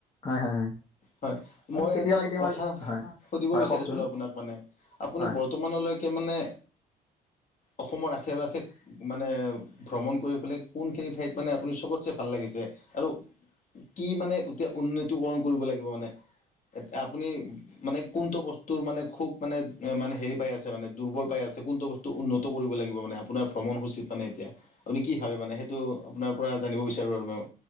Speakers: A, on the left (about 30°); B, on the left (about 50°).
A: হয় হয় হয়
B: হয় মই
A: কেতিয়াবা
B: এটা
A: কেতিয়াবা
B: কথা
A: হয়
B: সুধিব
A: হয়
B: বিচাৰিছিলো
A: কওকচোন
B: আপোনাক মানে আপুনি
A: হয়
B: বৰ্তমানলৈকে মানে অসমৰ আশে-পাশে মানে ভ্ৰমণ কৰি পেলাই কোনখিনি ঠাইত মানে আপুনি চবতছে ভাল লাগিছে? আৰু কি মানে এতিয়া উন্নতিকৰণ কৰিব লাগিব মানে? এতি আপুনি মানে কোনটো বস্তুৰ মানে খুব মানে মানে হেৰি পাই আছে মানে দুৰ্বল পাই আছে, কোনটো বস্তু উন্নত কৰিব লাগিব মানে, আপোনাৰ ভ্ৰমণসূচীত মানে এতিয়া, আপুনি কি ভাবে মানে সেইটো আপোনাৰ জানিব বিচাৰো আৰু মই